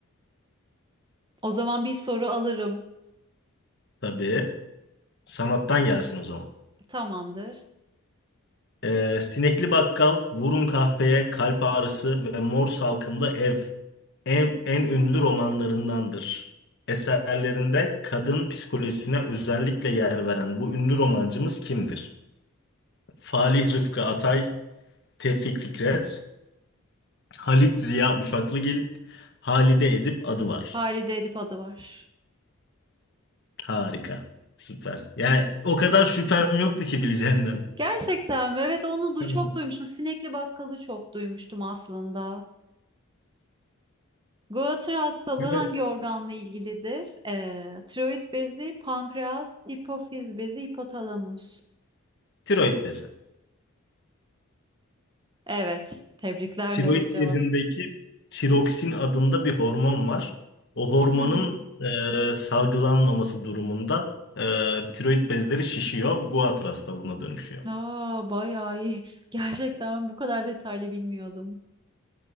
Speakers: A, on the right; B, on the left.
A: O zaman bir soru alırım.
B: Tabii. Sanattan gelsin o zaman.
A: Tamamdır.
B: Ee, sinekli bakkal, vurun kahpeye, kalp ağrısı ve mor salkımlı ev. Ev en ünlü romanlarındandır. Eserlerinde kadın psikolojisine özellikle yer veren bu ünlü romancımız kimdir? Falih Rıfkı Atay, Tevfik Fikret, Halit Ziya Uşaklıgil, Halide Edip adı var.
A: Halide Edip adı var.
B: Harika. Süper. Yani o kadar şüphem yoktu ki bileceğinden.
A: Gerçekten mi? Evet onu du
B: <laughs>
A: çok duymuştum. Sinekli bakkalı çok duymuştum aslında. Goitre hastalığı
B: Evet.
A: hangi
B: Böyle
A: organla ilgilidir? Ee, tiroid bezi, pankreas, hipofiz bezi, hipotalamus.
B: Tiroid bezi.
A: Evet. Tebrikler
B: Tiroid
A: doğru cevap.
B: bezindeki tiroksin adında bir hormon var. O hormonun
A: Hmm.
B: e, salgılanmaması durumunda e, tiroid bezleri şişiyor, Goitre hastalığına dönüşüyor.
A: Aa, bayağı iyi. <laughs> Gerçekten ben bu kadar detaylı bilmiyordum.